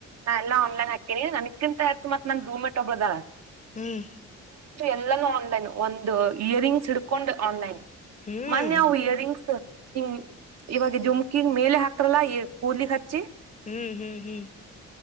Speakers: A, on the right (about 60°); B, on the left (about 25°).
A: ನಾ ಎಲ್ಲಾ ಆನ್ಲೈನ್ ಹಾಕೀನಿ ನನ್ಕಿಂತ ಎತ್ ಮತ್ ನನ್ ರೂಮ್ಟ್ಟ ಒಬಳುದ
B: ಹ್ಮ್
A: ಎಲ್ಲಾನೂ ಆನ್ಲೈನ್ ಒಂದು ಇಯರ್ರಿಂಗ್ಸ್ ಹಿಡ್ಕೊಂಡು ಆನ್ಲೈನ್
B: ಹ್ಮ್
A: ಮೊನ್ನೆ ಅವು ಇಯರಿಂಗ್ಸ್ ಹಿಂಗ ಇವಾಗ ಜುಮ್ಕಿ ಮೇಲೆ ಹಾಕ್ರಾರಾರಲ್ಲಾ ಕೂಲಿಖಾಚ್ಚಿ
B: ಹ್ಮ್ ಹ್ಮ್ ಹ್ಮ್